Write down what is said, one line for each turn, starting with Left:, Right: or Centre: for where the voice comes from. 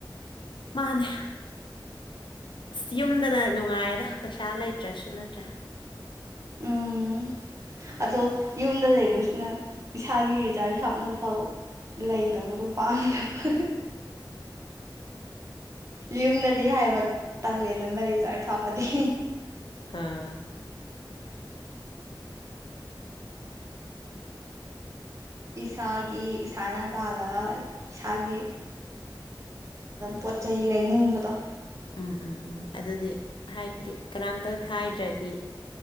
Left: ꯃꯥꯅꯦ ꯑꯁ ꯌꯨꯝꯗꯅ ꯅꯨꯡꯉꯥꯏꯔ ꯄꯩꯁꯥ ꯂꯩꯇ꯭ꯔꯥꯁꯨ ꯅꯠꯇ꯭ꯔꯥ <inaudible>
Right: ꯎꯝ ꯑꯗꯣ ꯌꯨꯝꯗ ꯂꯩꯕꯁꯤꯅ ꯏꯁꯥꯒꯤ ꯔꯤꯆꯥꯥꯔꯖ ꯍꯥꯞꯅꯕ ꯐꯥꯎ ꯂꯩꯇꯕꯗꯣ ꯄꯥꯟꯗꯕ ꯌꯨꯝꯗꯗꯤ ꯍꯥꯏꯕ ꯇꯥꯛꯂꯦꯗꯅ ꯔꯤꯆꯥꯥꯔ ꯊꯥꯞꯄꯗꯤ
Left: ꯑꯥ
Right: ꯏꯁꯥꯒꯤ ꯏꯁꯥꯅ ꯇꯥꯜꯂꯒ ꯏꯁꯥꯒꯤ ꯄꯣꯠ ꯆꯩ ꯂꯩꯅꯤꯡꯕꯗꯣ
Left: ꯎꯝ ꯎꯝ ꯎꯝ ꯑꯗꯨꯗꯤ ꯍꯥꯏꯗꯤ ꯀꯅꯥꯝꯇ ꯍꯥꯏꯗ꯭ꯔꯗꯤ